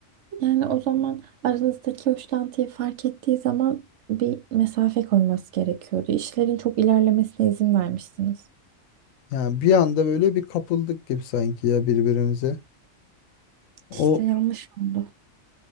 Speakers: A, on the right (about 65°); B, on the left (about 80°).
A: yani o zaman aranızdaki hoşlantıyı fark ettiği zaman bir mesafe koyması gerekiyordu. İşlerin çok ilerlemesine izin vermişsiniz.
B: yani bir anda böyle bir kapıldık gibi sanki ya birbirimize. O
A: İşte yanlış oldu.